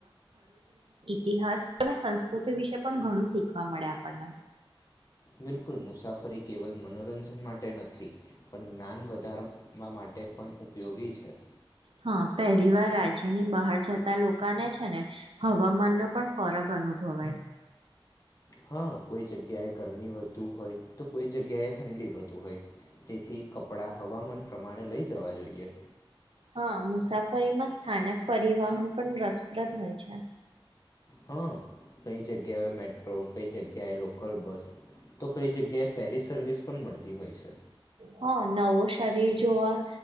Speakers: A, on the right; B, on the left.
A: ઇતિહાસ અને સંસ્કૃતિ વિશે પણ ઘણું શીખવા મળે આપણને
B: બિલકુલ મુસાફરી કેવલ મનોરંજન માટે નથી પણ જ્ઞાન વધારવા માટે પણ ઉપયોગી છે
A: હા પહેલી વાર રાજ્યની બહાર જતા લોકોને છે ને હવામાનનો પણ ફરક અનુભવાય
B: હા કોઈ જગ્યાએ ગરમી વધુ હોય તો કોઈ જગ્યાએ ઠંડી વધુ હોય તેથી કપડા હવામાન પ્રમાણે લઈ જવા જોઈએ
A: હા મુસાફરીમાં સ્થાનક પરિવહન પણ રસપ્રદ હોય છે
B: હા કઈ જગ્યાએ મેટ્રો કઈ જગ્યાએ લોકલ બસ તો કઈ જગ્યાએ ફેરી સર્વિસ પણ મળતી હોય છે
A: હા નવો શરીર જોવા